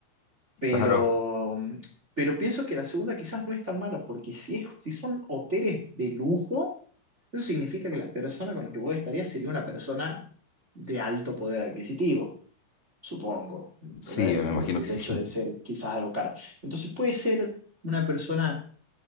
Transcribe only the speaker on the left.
<laughs> claro,
sí, me
imagino
que sí,